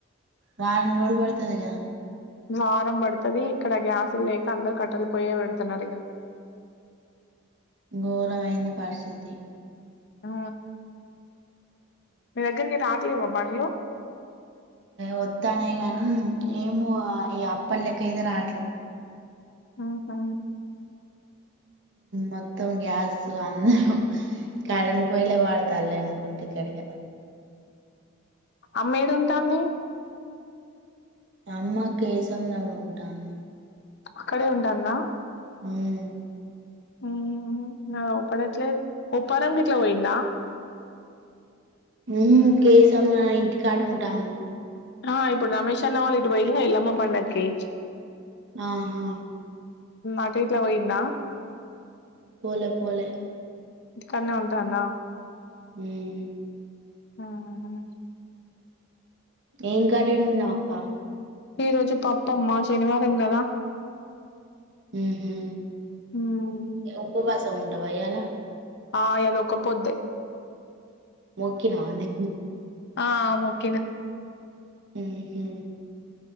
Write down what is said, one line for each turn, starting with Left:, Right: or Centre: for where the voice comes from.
Right: వారం రోజులు పడుతుంది కదా
Left: వారం పడుతది ఇక్కడ గ్యాసులు లేక అందరు కట్టలు పోయే పెడుతున్నారు ఇక
Right: ఘోరమైంది పరిస్థితి
Left: ఆ మీ దగ్గరికి రాట్లేవా బండ్లు
Right: వత్తానే గాని ఏమ ఈ అప్పలక అయితే రాట్లే
Left: ఆహా
Right: మొత్తం గ్యాస్ అందరం కరెంటు పోయలే వాడతాల అనుకుంటే ఇక్కడిగా
Left: అమ్మేడుంటాంది
Right: అమ్మ కేేశంద్రంలో ఉంటాంది
Left: అక్కడే ఉంటన్న
Right: మ్మ్మ్
Left: మ్మ్ మ్మ్ ఆపడట్లేద్ ఉప్పారం గిట్లా పోయిందా
Right: ఉ కేశం ఇంటికాడుంటాంది
Left: ఆ ఇప్పుడు రమేష్ అన్న వాళ్ళ ఇటు పోయిలుగా ఎల్మ పండక్కి
Right: ఆహా
Left: అటైట్లా పోయిండా
Right: పోలే పోలే
Left: ఇంటికాడనే ఉంటాన్న
Right: మ్మ్
Left: మ్మహు
Right: ఏం కర్రండినావ్ అక్క
Left: ఈ రోజు పప్పమ్మా శనివారం కదా
Right: మ్మహు
Left: ఉమ్.
Right: ఉపవాస ఉంట ఇయాల
Left: ఆ ఇలా ఒకపోద్దే
Right: మోకినా అదే
Left: ఆ మొక్కిన
Right: మ్మహు